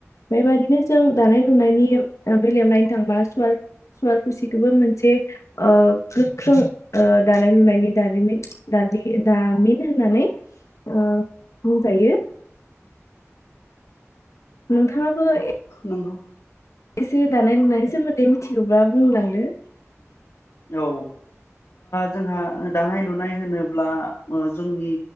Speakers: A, on the left; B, on the left.
A: बेबायदिनो जों दानाय लुनायनि बेलायाव नायनो थांबा सुवाल सुवाल खुसिखौबो मोनसे ओ गोख्रों ओ दानाय लुनायनि दारिमिन दालि दामिन होननानै ओ बुंजायो। नोंथाङाबो ए
B: ओ नोंगौ।
A: एसे दानाय लुनायस सोमोन दे मिथिगौबा बुंलांदो।
B: औ ओ जोंहा दानाय लुनाय होनोब्ला जोंनि